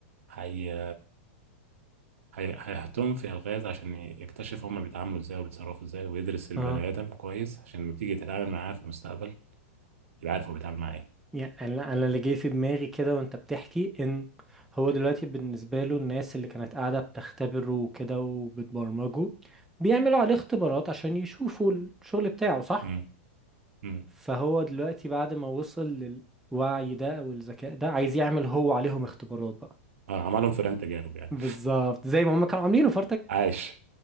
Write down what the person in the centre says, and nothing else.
اه
يعني انا أنا اللي جاي في دماغي كده وانت بتحكي ان هو دلوقتي بالنسبه له الناس اللي كانت قاعده بتختبره وكده وبتبرمجه بيعملوا عليه اختبارات عشان يشوفوا الشغل بتاعه صح
فهو دلوقتي بعد ما وصل للوعي ده او الذكاء ده عايز يعمل هو عليهم اختبارات بقى
بالظبط زي ما هم كانوا عاملينه في